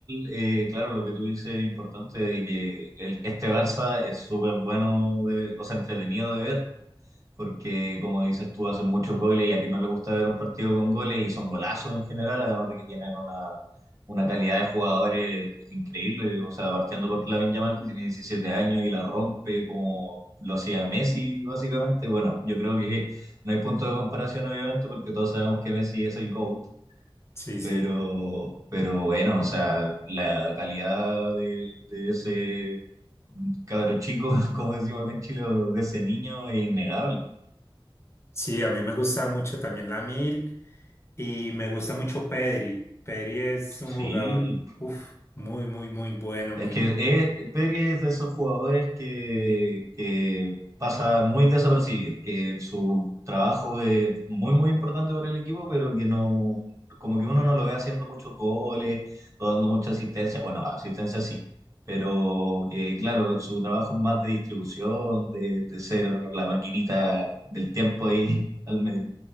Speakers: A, on the right (about 35°); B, on the left (about 30°).
A: eh, claro, lo que tú dices es importante de que el- este Barça es súper bueno, de- o sea, entretenido de ver, porque como dices tú, hacen muchos goles y a quien no le gusta ver un partido con goles y son golazos en general, además de que tienen una, una calidad de jugadores increíble, o sea, partiendo por Lamine Yamal que tiene 17 años y la rompe como lo hacía Messi básicamente. Bueno, yo creo que no hay punto de comparación obviamente porque todos sabemos que Messi es el GOAT
B: Sí, sí.
A: pero, pero bueno, o sea, la calidad de, de ese cabro chico, <laughs> como decimos acá en Chile, o de ese niño es innegable.
B: Sí, a mí me gusta mucho también la Mil y me gusta mucho Pedri. Pedri es un
A: Sí,
B: jugador, uf, muy, muy, muy bueno,
A: Es
B: muy...
A: que eh, Pedri es de esos jugadores que, que pasa muy desapercibido, que su trabajo es muy, muy importante para el equipo, pero que no, como que uno no lo ve haciendo muchos goles o dando mucha asistencia. Bueno, asistencia sí, pero que claro, su trabajo es más de distribución, de, de ser la maquinita del tiempo ahí <laughs> al medio.